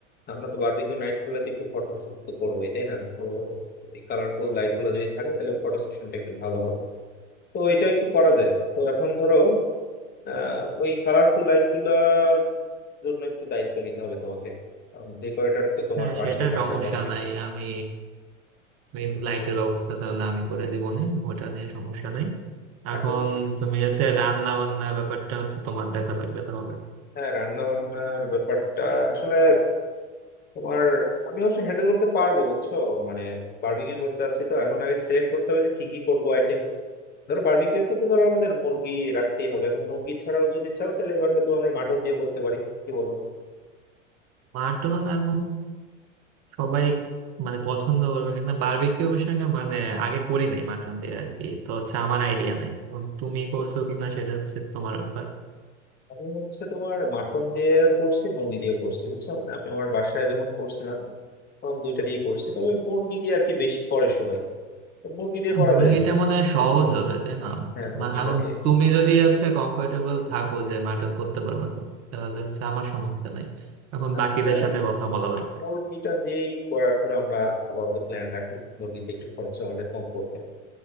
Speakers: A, on the left; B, on the right.
A: আমরা তো বারবিকিউ নাইট করলে তো একটু ফটোশুট তো করবোই তাই না তো এই কালারফুল লাইট গুলো যদি থাকে তাহলে ফটো সেশনটা একটু ভালো হবে তো এটা একটু করা যায় তো এখন ধরো আহ ওই কালারফুল লাইট গুলার জন্য একটু দায়িত্ব নিতে হবে তোমাকে ডেকোরেটর তো তোমার
B: হ্যাঁ
A: পাশেই
B: সেটা
A: বাসার
B: সমস্যা
A: পাশে
B: নাই আমি আমি লাইটের ব্যবস্থা তাহলে আমি করে দিব না ওটা নিয়ে সমস্যা নাই এখন
A: এখন
B: তুমি হচ্ছে রান্না বান্না ব্যাপারটা হচ্ছে তোমার দেখা লাগবে তাহলে
A: হ্যাঁ রান্না বান্নার ব্যাপারটা আসলে তোমার আমি অবশ্য হ্যান্ডেল করতে পারবো বুঝছো মানে বারবিকিউ করতে চাচ্ছি তো এখন আগে সিলেক্ট করতে হবে যে কি কি করবো আইটেম ধরো বারবিকিউতে তো ধরো আমাদের মুরগি রাখতেই হবে এখন মুরগি ছাড়াও যদি চাও তাহলে এবার হয়তো আমরা মাটন দিয়ে করতে পারি কি বলো
B: মাটন আর সবাই মানে পছন্দ করবে কিন্তু বারবিকিউ প্রসঙ্গে মানে আগে করি নাই মাটন দিয়ে আর কি তো হচ্ছে আমার আইডিয়া নাই এখন তুমি করছো কিনা সেটা হচ্ছে তোমার ব্যাপার
A: আমি হচ্ছে তোমার মাটন দিয়ে করছি মুরগি দিয়ে করছি বুঝছো মানে আমি আমার বাসায় যখন করছিলাম তখন দুইটা দিয়ে করছি তবে মুরগি দিয়ে আর কি বেশি করে সবাই তো মুরগি দিয়ে
B: হ্যাঁ,
A: করা
B: মুরগিটা
A: যায়
B: মনে হয় সহজ হবে তাই না
A: হ্যাঁ মুরগিটা
B: মা- এখন
A: দিয়ে
B: তুমি যদি হচ্ছে কমফোর্টেবল থাকো যে মাটন করতে পারবে তুমি তাহলে হচ্ছে আমার সমস্যা নাই এখন
A: আচ্ছা
B: বাকিদের সাথে কথা বলা লাগবে
A: মুরগিটা দিয়েই করার ধরো আমরা আপাতত প্ল্যান রাখি মুরগিতে একটু খরচ আমাদের কম পড়বে